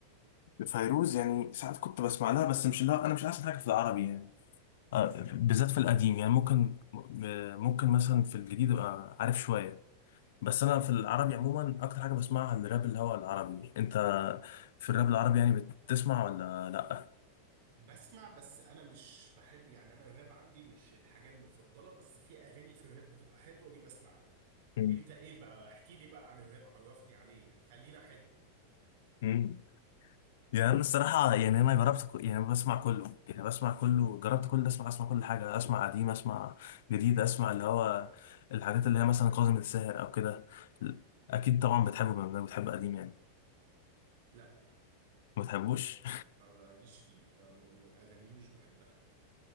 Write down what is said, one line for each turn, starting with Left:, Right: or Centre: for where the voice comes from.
Left: فيروز يعني ساعات كنت بسمع لها بس مش لا انا مش احسن حاجه في العربي يعني آه، بالذات في القديم يعني ممكن م- ممكن مثلا في الجديد ابقى عارف شويه بس انا
Right: امم
Left: في العربي عموما اكتر حاجه بسمعها الراب اللي هو العربي انت في الراب العربي يعني بتسمع ولا لا
Right: بسمع بس أنا مش بحب يعني أنا الراب عندي مش الحاجة المفضلة بس في أغاني في الراب بتبقى حلوة دي بسمعها
Left: مم.
Right: أنت إيه بقى احكي لي بقى عن الراب عرفني عليه يعني خليني أحب
Left: مم. يعني انا الصراحه يعني انا جربت ك- يعني بسمع كله يعني بسمع كله جربت كل ده اسمع اسمع كل حاجه اسمع قديم اسمع جديد اسمع اللي هو الحاجات اللي هي مثلا كاظم الساهر او كده اكيد طبعا بتحبه بما انك بتحب قديم يعني
Right: لا
Left: ما بتحبوش
Right: ما ماليش فيه ما ب- أغانيه مش بحبها